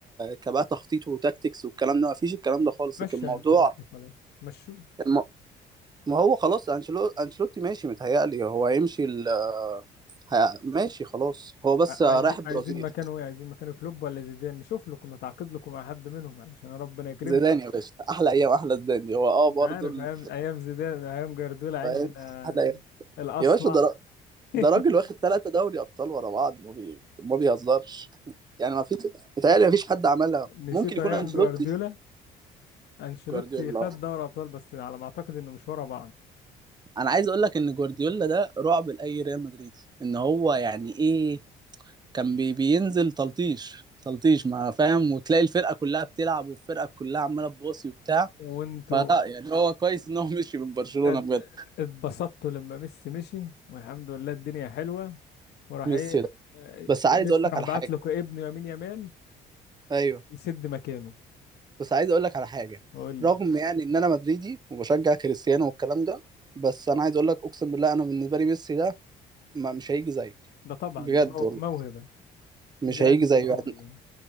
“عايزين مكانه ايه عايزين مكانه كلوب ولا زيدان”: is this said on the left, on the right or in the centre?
Left